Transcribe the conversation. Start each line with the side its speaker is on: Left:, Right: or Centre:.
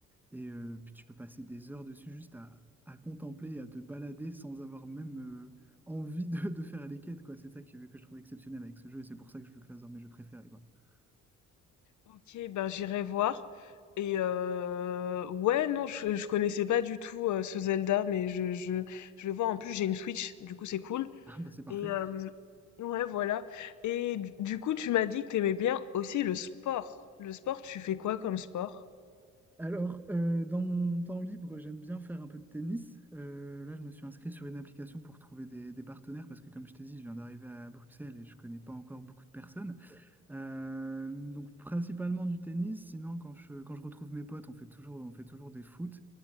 Centre: Et euh, puis tu peux passer des heures dessus juste à, à contempler, et à te balader sans avoir même euh, envie de, de faire les quêtes, quoi. C'est ça que, que je trouve exceptionnel avec ce jeu et c'est pour ça que je le classe dans mes jeux préférés, quoi. <laughs>
Left: Ok, ben j'irai voir. Et euh, ouais, non, je, je connaissais pas du tout euh, ce Zelda, mais je, je, je vais voir. En plus, j'ai une Switch, du coup, c'est cool.
Centre: Ah bah c'est parfait.
Left: Et hem, ouais, voilà. Et du du coup, tu m'as dit que t'aimais bien aussi le sport. Le sport, tu fais quoi comme sport?
Centre: Alors, euh, dans mon temps libre, j'aime bien faire un peu de tennis. Euh, là, je me suis inscrit sur une application pour trouver des, des partenaires parce que, comme je t'ai dit, je viens d'arriver à Bruxelles et je connais pas encore beaucoup de personnes. Euh, donc, principalement du tennis. Sinon, quand je, quand je retrouve mes potes, on fait toujours, on fait toujours des foot.